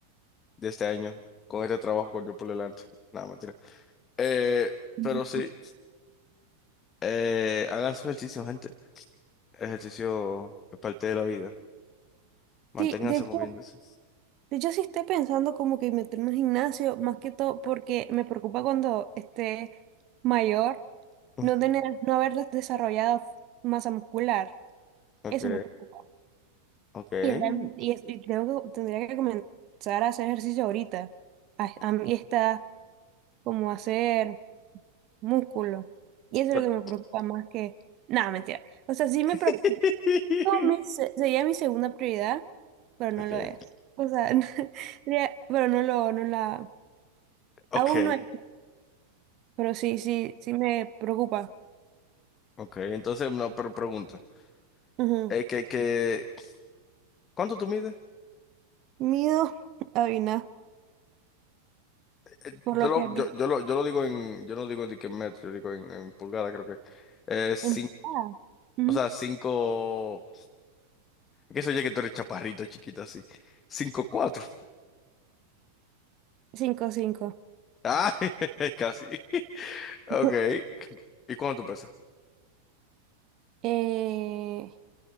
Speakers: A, on the left; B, on the right.
A: de este año con este trabajo con yo por delante. Nada, mentira. Eh,
B: Ujú.
A: pero sí, eh, hagan su ejercicio, gente. Ejercicio es parte de la vida. Manténganse
B: Sí, de hecho,
A: moviéndose.
B: de hecho sí estoy pensando como que meterme al gimnasio, más que todo porque me preocupa cuando esté mayor
A: Mm.
B: no tener, no haber desarrollado masa muscular.
A: Ok,
B: Eso me preocupa.
A: ok.
B: Y, realmente, y, es- y tengo que- tendría que comenzar a hacer ejercicio ahorita. A, a mí está como hacer músculo. Y eso
A: Pero-
B: es lo que me preocupa más que... Nada, mentira. O sea, sí me preocupa
A: <laughs>
B: No, me- se- sería mi segunda prioridad, pero no
A: Ok,
B: lo es. O sea, <laughs> no- sería- pero no lo, no la,
A: ok,
B: aún no es. Pero sí, sí, sí me preocupa.
A: ok. Entonces, no, pero pregunta.
B: Ujú.
A: Eh, que, que, ¿cuánto tú mides?
B: Miedo, Avina,
A: Eh,
B: <laughs> por
A: yo
B: lo
A: lo,
B: que has
A: yo,
B: visto.
A: yo lo, yo lo digo en, yo no digo de que en metro, yo digo en, en pulgada, creo que. Eh, cin-
B: Empatada. Ujú.
A: o sea, cinco Que eso ya que tú eres chaparrito, chiquita, así. cinco cuatro
B: Cinco, cinco.
A: Ah, <laughs> casi. Ok.
B: Ujú.
A: ¿Y cuánto tú pesas?
B: Eh,